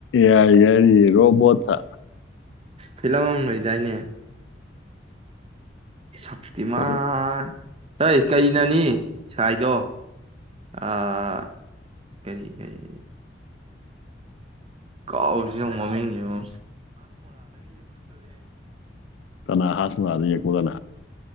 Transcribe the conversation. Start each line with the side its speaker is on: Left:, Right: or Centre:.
Left: ꯌꯥꯢ ꯌꯥꯢꯌꯦ ꯔꯣꯕꯣꯠꯇ
Right: ꯐꯤꯂꯝ ꯑꯃ ꯂꯩꯗꯥꯏꯅꯦ ꯁꯛꯇꯤꯃꯥꯟ
Left: ꯀꯔꯤ
Right: ꯑꯩ ꯀꯩꯅꯅꯤ ꯁꯥꯏꯗꯣ ꯑꯥ ꯀꯔꯤ ꯀꯔꯤ ꯀꯥꯎꯔꯤꯖꯦ ꯌꯦꯡꯉꯣ ꯃꯃꯤꯡꯖꯦꯉꯣ
Left: ꯀꯅꯥ ꯍꯥꯁ ꯃꯣꯂꯥꯗ ꯌꯦꯛꯄ ꯀꯅꯥ